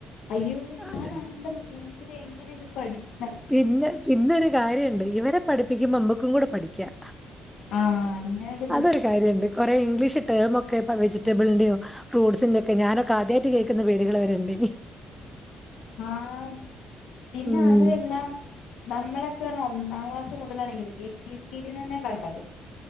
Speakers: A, on the left; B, in the centre.
A: അയ്യോ ഞാൻ
B: അതെ.
A: അന്തം വിട്ടുപോയി ഇവര് എങ്ങനെ ഇത് പഠിക്കും
B: പിന്നെ പിന്നൊരു കാര്യം ഉണ്ട് ഇവരെ പഠിപ്പ പികുമ്പോ നമുക്കുംകൂടി പഠിക്കാം
A: ആഹ് അങ്ങനൊരിതുണ്ട്
B: അതൊരു കാര്യമുണ്ട് കുറെ ഇംഗ്ലീഷ് ടെം ഒക്കെ ഇപ്പോ വെജിറ്റബിളിന്റെയോ ഫ്രൂട്ട്സിന്റെറെ ഒക്കെ ഞാനൊക്കെ ആദ്യമായിട്ട് കേൾക്കുന്ന പേരുകൾ വരെയുണ്ട്
A: ആഹ പിന്നെ
B: ഉം
A: അതു എല്ലാം നമ്മളൊക്കെ ഒന്നാം ക്ലാസ് മുതലാണ് എബിസിഡി ഒക്കെ കണ്ടത്